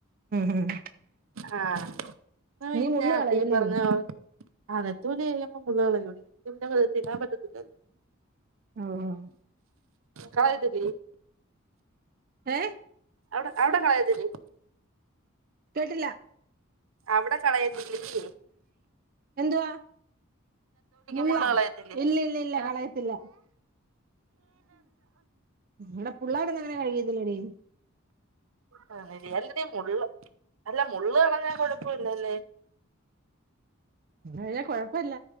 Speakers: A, on the right; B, on the right.
A: ഉം
B: ആ <unintelligible>
A: നീ മുള്ള് കളയുല്ലേ
B: ഈ പറഞ്ഞാള് ആ നെത്തോലി <unintelligible> തിന്നാൻ പറ്റത്തില്ല
A: ഓഹ്
B: കഴ് ത <unintelligible>
A: ഏ
B: അവ്ടെ അവ്ടെ കളയത്തില്ലേ?
A: കേട്ടില്ല.
B: അവ്ടെ കളയത്തില്ലല്ലേ?
A: എന്തുവാ മുള്ളാ
B: മുള്ള് കളയത്തില്ലേ
A: ഇല്ലല്ലല്ല
B: ആഹ്
A: കളയത്തില്ല. വ്ടെ പുള്ളേരങ്ങനെ കഴിക്കത്തില്ലെടീ.
B: ആ അങ്ങനെ അല്ലെടീ മുള്ള് അല്ല മുള്ള്കളഞ്ഞാ കൊഴപ്പുല്ലല്ലേ?
A: അല്ല കൊഴപ് പ്പല്ല